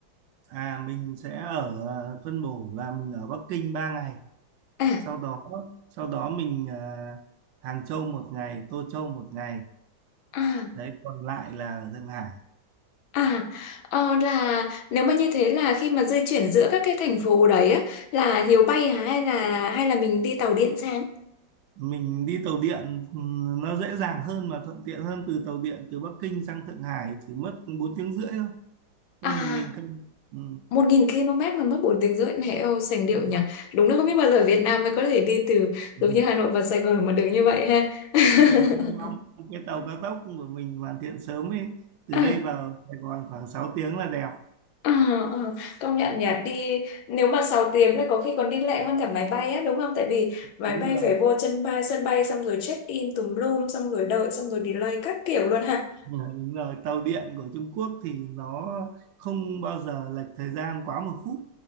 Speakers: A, on the right; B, on the left.
A: à mình sẽ ở à, phân bổ là mình ở Bắc Kinh ba ngày
B: À,
A: sau đó sau đó mình à, Hàng Châu một ngày Tô Châu một ngày
B: à.
A: đấy còn lại là ở Thượng Hải
B: À, ờ, là nếu mà như thế là khi mà di chuyển giữa các cái thành phố đấy á, là Hiếu bay hả hay là hay là mình đi tàu điện sang?
A: mình đi tàu điện ừ, nó dễ dàng hơn mà thuận tiện hơn từ tàu điện từ Bắc Kinh sang Thượng Hải chỉ mất 4 tiếng rưỡi thôi
B: À,
A: hơn một nghìn cân ừ.
B: 1.000 km mà mất 4 tiếng rưỡi này, ô sành điệu
A: đúng
B: nhỉ.
A: rồi.
B: Đúng là không biết bao giờ Việt Nam mới có thể đi từ
A: Ừ.
B: giống như Hà Nội vào Sài Gòn mà được như vậy ha.
A: mình đang
B: <laughs>
A: mong cái tàu cao tốc của mình hoàn thiện sớm ấy từ
B: À,
A: đây vào Sài Gòn khoảng 6 tiếng là đẹp
B: à, à, công nhận nhỉ, đi nếu mà 6 tiếng là có khi còn đi lẹ hơn cả máy bay á, đúng không? Tại vì máy
A: đúng
B: bay
A: rồi
B: phải vô chân bay, sân bay xong rồi check in tùm lum xong rồi đợi xong rồi delay các kiểu luôn ha.
A: Ừ, đúng rồi tàu điện của Trung Quốc thì nó không bao giờ lệch thời gian quá một phút